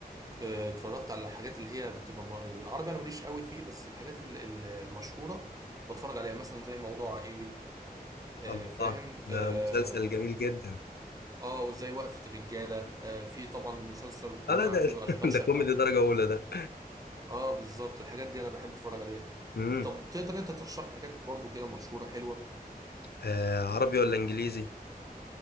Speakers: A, on the right; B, on the left.
A: آه اتفرجت على الحاجات اللي هي بتبقى م- يعني العربي أنا ماليش قوي فيه بس الحاجات ال- ال- المشهورة بتفرج عليها مثلا زي موضوع عائلي آه
B: الله
A: فاهم
B: ده
A: آه
B: مسلسل جميل جدا
A: آه وزي وقفة الرجالة آه في طبعا مسلسل كلنا
B: اه لا ده
A: عارفينه أشغال
B: <laughs> ده
A: شقة
B: كوميدي درجه اولى ده
A: اه بالظبط الحاجات دي انا بحب اتفرج عليها
B: امم
A: طب تقدر انت ترشح لي حاجات برضو كده مشهوره حلوه
B: آه عربي ولا انجليزي